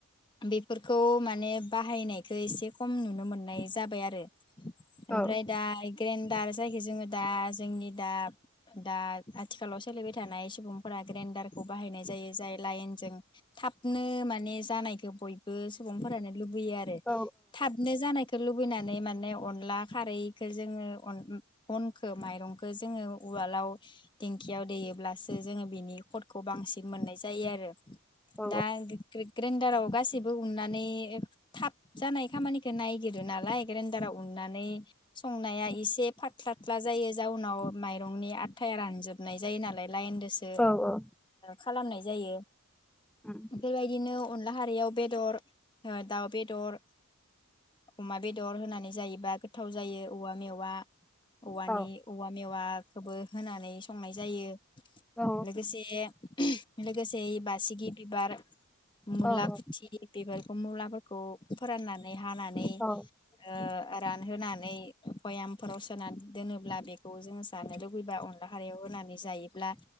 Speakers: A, on the left; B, in the centre.
A: बेफोरखौ माने बाहायनायखौ एसे खम नुनो मोननाय जाबाय आरो
B: औ
A: ओमफ्राय दा ग्रेन्डार जायखि जोङो दा जोंनि दा दा आथिखालाव सोलिबाय थानाय सुबुंफोरा ग्रेन्डारखौ बाहायनाय जायो जाय लाइन जों थाबनो माने जानायखौ बयबो सुबुंफोरानो लुबैयो आरो
B: औ
A: थाबनो जानायखौ लुबै फैनानै माने अनला खारैखो जोङो अन अनखो माइरंखो जोङो उवालाव दिेंखियाव देयोब्लासो जोङो बिनि खटखौ बांसिन मोननाय जायो आरो
B: औ
A: दा गे-गे ग्रेडाराव गासै गासिबो उननानै थाब जानाय खामानिखौ नायगिरो नालाय ग्रेनदाराव उननानै संनाया एसे फाथ्लाथ्ला जायो जाउनाव माइरंनि आथाया रानजोबनाय जायो नालाय लाइनदोसो
B: औ औ
A: खालामनाय जायो
B: उम
A: बेफोरबायदिनो अनला खारियाव बेदर ओ दाउ बेेदर अमा बेदर होनानै जायोबा गोथाव जायो औवा मेवा औवानि
B: औ
A: औवा मेवाखोबो होनानै संनाय जायो
B: औ
A: लोगोसे लोगोसे बासिगि बिबार मुलाखुथि
B: औ
A: <unintelligible> मुलाफोरखौ फोराननानै हानानै
B: औ
A: ओ रानहोनानै बयामफोराव सोना दोनोब्ला बेखौ जोङो जानो लुुबैबा अनला खारियाव होनानै जायोब्ला